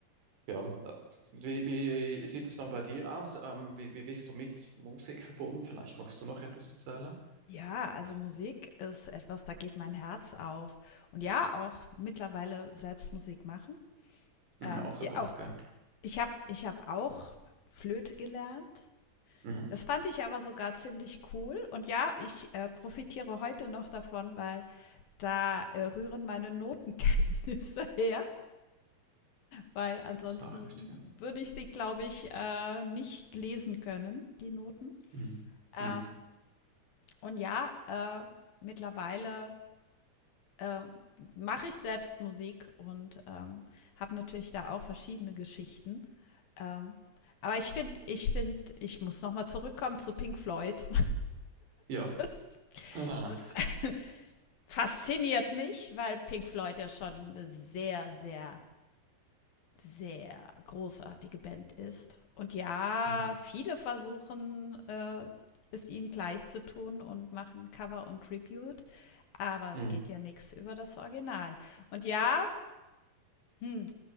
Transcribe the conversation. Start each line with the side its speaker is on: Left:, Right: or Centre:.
Right: Ja, äh, wie, wie sieht es dann bei dir aus? Ähm, wie, wie bist du mit Musik verbunden? Vielleicht magst du noch etwas erzählen?
Left: Ja, also Musik ist etwas, da geht mein Herz auf. Und ja, auch mittlerweile selbst Musik machen.
Right: Mhm,
Left: Ähm,
Right: auch sogar,
Left: ja, auch,
Right: okay.
Left: ich habe ich hab auch Flöte gelernt.
Right: Mhm.
Left: Das fand ich aber sogar ziemlich cool. Und ja, ich äh, profitiere heute noch davon, weil da äh, rühren meine Notenkenntnisse <laughs> her. weil ansonsten
Right: Sachrichtiger.
Left: würde ich sie, glaube ich, äh, nicht lesen können, die Noten.
Right: Mhm.
Left: Ähm,
Right: Mhm.
Left: und ja, äh, mittlerweile äh, mache ich selbst Musik und ähm, habe natürlich da auch verschiedene Geschichten. Ähm, aber ich finde, ich finde, ich muss nochmal zurückkommen zu Pink Floyd.
Right: Ja.
Left: Das,
Right: <laughs>
Left: das <laughs> fasziniert mich, weil Pink Floyd ja schon eine sehr, sehr sehr großartige Band ist. Und ja,
Right: Mhm.
Left: viele versuchen äh, es ihnen gleich zu tun und machen Cover und Tribute, aber es
Right: Mhm.
Left: geht ja nichts über das Original. Und ja, hm,